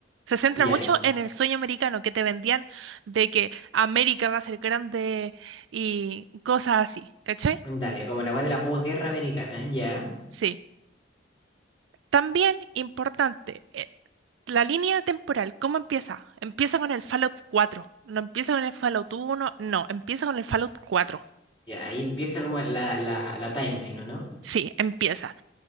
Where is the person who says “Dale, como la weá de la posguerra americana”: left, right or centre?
Left